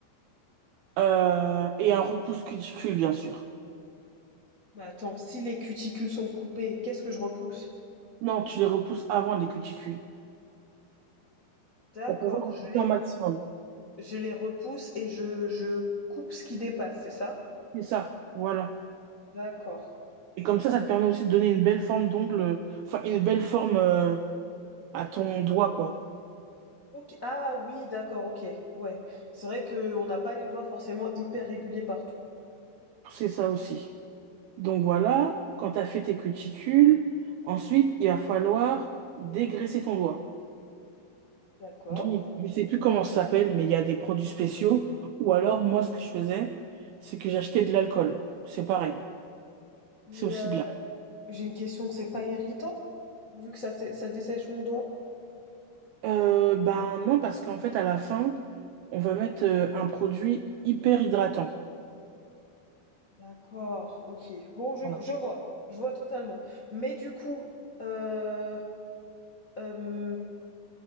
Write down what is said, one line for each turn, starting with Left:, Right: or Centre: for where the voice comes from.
Right: Euh, et un repousse cuticule, bien sûr.
Left: Bah attends, si les cuticules sont coupées, qu'est-ce que je repousse?
Right: Non, tu les repousses avant les cuticules
Left: D'accord,
Right: pour pouvoir en
Left: je
Right: couper
Left: les,
Right: un maximum.
Left: je les repousse et je, je coupe ce qui dépasse, c'est ça?
Right: C'est ça, voilà.
Left: D'accord.
Right: Et comme ça, ça te permet aussi de donner une belle forme d'ongle, enfin une belle forme euh, à ton doigt, quoi.
Left: Ok. Ah oui, d'accord, ok. Ouais. C'est vrai que on n'a pas les doigts forcément hyper réguliers partout.
Right: C'est ça aussi. Donc voilà, quand tu as fait tes cuticules, ensuite, il va falloir dégraisser ton doigt.
Left: D'accord.
Right: Donc, je sais plus comment ça s'appelle, mais il y a des produits spéciaux. Ou alors, moi, ce que je faisais, c'est que j'achetais de l'alcool. C'est pareil.
Left: Mais
Right: C'est aussi
Left: euh,
Right: bien.
Left: J'ai une question, c'est pas irritant? Vu que ça, sé- ça dessèche mon doigt?
Right: Euh, ben non, parce qu'en fait, à la fin, on va mettre euh, un produit hyper hydratant.
Left: D'accord, ok. Bon, je,
Right: Voilà.
Left: je vois, je vois totalement. Mais du coup, euh, euh,